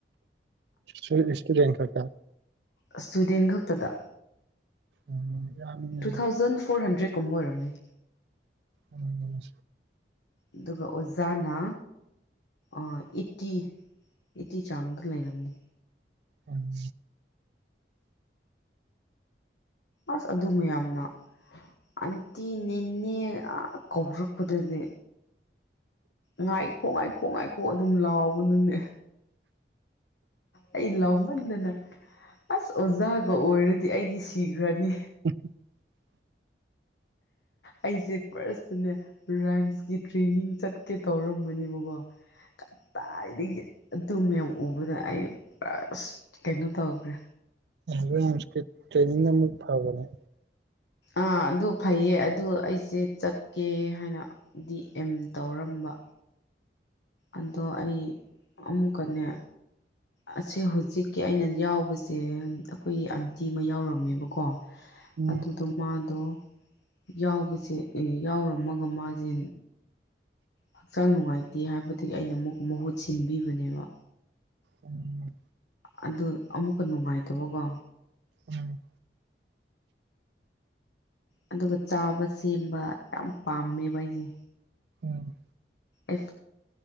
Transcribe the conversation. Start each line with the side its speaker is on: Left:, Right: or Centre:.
Right: ꯁꯣꯏꯗꯦ ꯁ꯭ꯇꯨꯗꯦꯟ ꯈꯛꯇꯥ
Left: ꯑ ꯁ꯭ꯇꯨꯗꯦꯟ ꯈꯛꯇꯗ
Right: ꯎꯝ ꯌꯥꯝꯃꯤꯅꯦ
Left: ꯇꯨ ꯊꯥꯎꯖꯟ ꯐꯣꯔ ꯍꯟꯗ꯭ꯔꯦꯠ ꯀꯨꯝ ꯑꯣꯏꯔꯝꯅꯤ
Right: ꯎꯝ
Left: ꯑꯗꯨꯒ ꯑꯣꯖꯥꯅ ꯑꯥ ꯑꯦꯠꯇꯤ ꯑꯦꯠꯇꯤ ꯆꯥꯡꯗ ꯂꯩꯔꯝꯅꯤ
Right: ꯎꯝ
Left: ꯑꯁ ꯑꯗꯨ ꯃꯌꯥꯝꯅ ꯑꯟꯇꯤ ꯅꯦꯅꯦ ꯑ ꯀꯧꯔꯛꯄꯗꯅꯦ ꯉꯥꯏꯈꯣ ꯉꯥꯏꯈꯣ ꯉꯥꯏꯈꯣ ꯑꯗꯨꯝ ꯂꯥꯎꯕ ꯅꯨꯅꯦ ꯑꯩ ꯂꯥꯎꯃꯟꯗꯅ ꯑꯁ ꯑꯣꯖꯥꯒ ꯑꯣꯏꯔꯗꯤ ꯑꯩꯗꯤ ꯁꯤꯈ꯭ꯔꯅꯤ
Right: <inaudible>
Left: ꯑꯩꯁꯦ ꯐꯥꯔꯁꯇꯨꯅꯦ ꯔꯥꯏꯝꯁꯀꯤ ꯇ꯭ꯔꯦꯅꯤꯡ ꯆꯠꯀꯦ ꯇꯧꯔꯝꯕꯅꯦꯕꯀꯣ ꯀꯗꯥꯏꯗꯒꯤ ꯑꯗꯨ ꯃꯌꯥꯝ ꯎꯕꯗ ꯑꯩ ꯄꯔꯁ ꯀꯩꯅꯣ ꯇꯧꯈ꯭ꯔꯦ
Right: ꯔꯥꯏꯝꯁ ꯀꯤ ꯇ꯭ꯔꯦꯅꯤꯡ ꯃꯨꯛ ꯐꯥꯕꯅꯦ
Left: ꯑꯥ ꯑꯗꯨ ꯐꯩꯌꯦ ꯑꯗꯨ ꯑꯩꯁꯦ ꯆꯠꯀꯦ ꯍꯥꯏꯅꯗꯤ ꯑꯦꯝ ꯇꯧꯔꯝꯕ ꯑꯗꯣ ꯑꯩ ꯑꯃꯨꯛꯀꯅꯦ ꯑꯁꯤ ꯍꯧꯖꯤꯛꯀꯤ ꯑꯩꯅ ꯌꯥꯎꯕꯁꯦ ꯑꯩꯈꯣꯏꯒꯤ ꯑꯟꯇꯤ ꯃꯣꯏ ꯌꯥꯎꯔꯝꯃꯦꯕꯀꯣ
Right: ꯎꯝ
Left: ꯑꯗꯨꯗ ꯃꯥꯗꯣ ꯌꯥꯎꯕꯁꯦ ꯌꯥꯎꯔꯝꯃꯒ ꯃꯥꯁꯦ ꯍꯛꯆꯥꯡ ꯅꯨꯡꯉꯥꯏꯇꯦ ꯍꯥꯏꯕꯗꯒꯤ ꯑꯩꯅ ꯑꯃꯨꯛ ꯃꯍꯨꯠ ꯁꯤꯟꯕꯤꯕꯅꯦꯕ
Right: ꯎꯝ
Left: ꯑꯗꯨ ꯑꯃꯨꯛꯀ ꯅꯨꯡꯉꯥꯏꯇꯕꯀꯣ
Right: ꯎꯝ
Left: ꯑꯗꯨꯒ ꯆꯥꯕ ꯁꯦꯝꯕ ꯌꯥꯝ ꯄꯥꯝꯃꯦꯕ ꯑꯩꯁꯦ
Right: ꯎꯝ
Left: ꯑꯦ